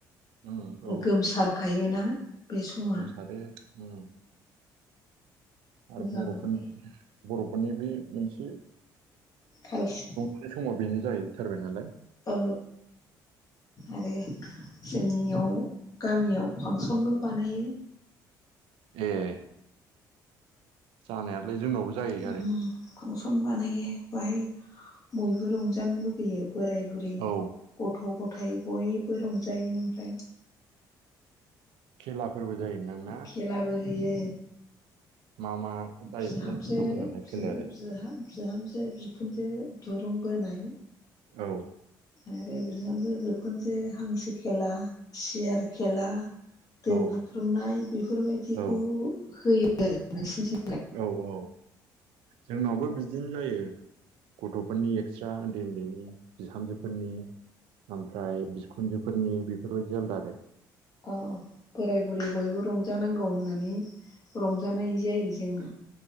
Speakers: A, on the right; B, on the left.
A: उम औ
B: गोमसारखायोना बे समा
A: गोमसारो उम
B: मोजां
A: आरो बर'फोरनि
B: मोनो
A: बर'फोरनि बे मोनसे।
B: <unintelligible>
A: बे समाव बेनो जाहैथारबाय नालाय।
B: औ। आरो जोंनियाव गामियाव फांसनबो बानायो।
A: ए। जानायालाय जोंनावबो जायो
B: उम
A: आरो।
B: फांसन बानायो बाहाय बयबो रंजानो लुगैयो बोराय बुरि।
A: औ
B: गथ' गथाय बयबो रंजायो ओमफ्राय।
A: खेलाफोरबो जायो। नोंदां ना
B: खेलाबो होयो।
A: मा मा जायोफालाय
B: बिहामजो
A: नोंथांमोननालाय
B: बि
A: खेलायालाय?
B: बिहा बिहामजो बिखुनजो दुरुं बोनाय
A: औ।
B: आरो बिहामजो बिखुनजो हांसो खेला सियार खेला दो
A: औ
B: बुख्रुबनाय बेफोरबायदिखौ
A: औ
B: होयो आरो नोंसिनिथिलाय?
A: औ औ जोंनावबो बिदिनो जायो। गथ'फोरनि एक्सट्रा उन्दैनि बिहामजोफोरनि ओमफ्राय बिखुनजोफोरनि बेफोरबायदि आलादा आरो।
B: अ बोराय बुरै बयबो रंजानांगौ होननानै रंजानाय जायो जोंना।